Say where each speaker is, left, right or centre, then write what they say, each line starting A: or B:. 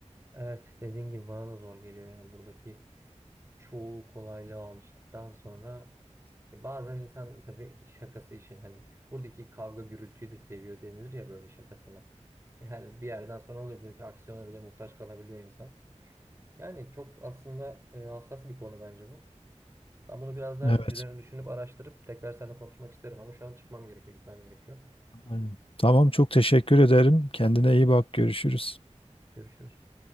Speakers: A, on the right; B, on the left.
A: Evet dediğin gibi bana da zor geliyor yani buradaki çoğu kolaylığa alıştıktan sonra E, Bazen insan tabii şakası için hani buradaki kavga gürültüyü de seviyor denilir ya böyle şakasına. Yani bir yerden sonra oluyor buradaki aksiyona bile muhtaç kalabiliyor insan. Yani çok aslında e, hassas bir konu bence bu. Ben bunu biraz daha
B: Evet.
A: üzerine düşünüp araştırıp tekrar seninle konuşmak isterim ama şu an çıkmam gerekiyor, gitmem gerekiyor.
B: Aynen. Tamam çok teşekkür ederim. Kendine iyi bak. Görüşürüz.
A: Görüşürüz.